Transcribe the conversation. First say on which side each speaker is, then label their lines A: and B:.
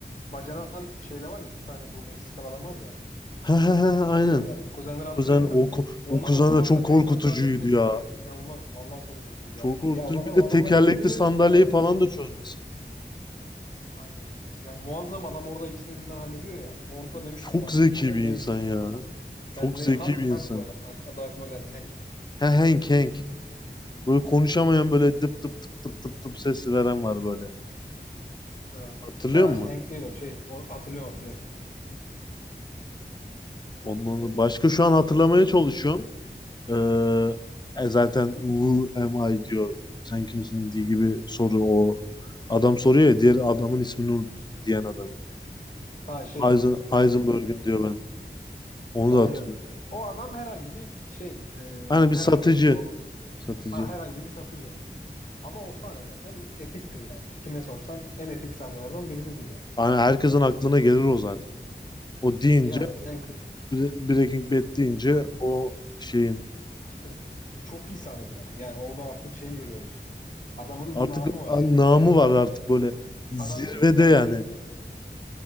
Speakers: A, on the left; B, on the left.
A: Bacanan şeyle var ya iki tane bu Meksikalı adam var ya.
B: <laughs> He he he he, aynen.
A: Kuzenler. Kuzenleri hatırlıyorsun
B: Kuzen
A: değil
B: o,
A: mi?
B: ku-
A: Onlar
B: o kuzen
A: otoparkta
B: de çok korkutucuydu
A: tek başına halletmesi
B: ya.
A: var ya inanılmaz. Vallahi çok korkutucu
B: Çok
A: abi.
B: korkutucu.
A: Ya zaten
B: Bir
A: o
B: de tekerlekli
A: adamlar girdi mi
B: sandalyeyi
A: senaryo?
B: falan da çözmesi.
A: Aynen. Yani muazzam adam orada ikisini birden hallediyor ya. Orada demiştim
B: Çok
A: ulan
B: zeki
A: sen
B: bir
A: neymişsin
B: insan ya.
A: be?
B: Çok
A: Sen
B: zeki
A: ne? Hank,
B: bir insan.
A: Hank bu arada. Ak- Adı aklıma geldi Hank.
B: He Hank Hank. Böyle konuşamayan böyle dıp dıp dıp dıp dıp dıp ses veren var böyle.
A: Evet.
B: Hatırlıyor
A: Şahs
B: musun?
A: Hank değil o şey. Onu hatırlıyorum hatırlıyorum.
B: Ondan
A: Ee,
B: başka şu an hatırlamaya çalışıyorum. Ee, e zaten who am I diyor. Sen kimsin diye gibi soru o. Adam soruyor ya diğer adamın ismini unuttum diyen adamı.
A: ha şey.
B: Eisen- Heisenberg'im
A: ee,
B: diyor ben. Onu
A: aynen.
B: da hatırlıyorum.
A: O adam herhangi bir şeyin ee,
B: Hani bir
A: herhangi
B: satıcı.
A: bir işte o
B: Satıcı.
A: ha, herhangi bir satıcı. Ama o sahne zaten epiktir yani. Kime sorsan en epik sahnelerden birisidir yani.
B: Hani herkesin aklına gelir o zaten. O deyince
A: Yani en kı-
B: Bre- Breaking Bad deyince o şeyin
A: <laughs> çok iyi sahnedir ama. Yani orada artık şey görüyoruz. Adamın
B: artık
A: namı var
B: namı
A: yani. Şey,
B: var artık böyle zirvede
A: adam diyor ki Gus
B: yani.
A: Fring'i